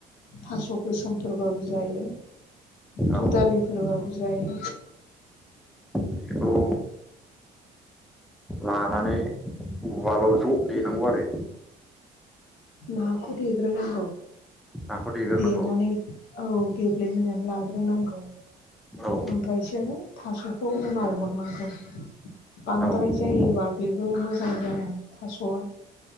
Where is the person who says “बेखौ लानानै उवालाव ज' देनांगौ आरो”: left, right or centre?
Centre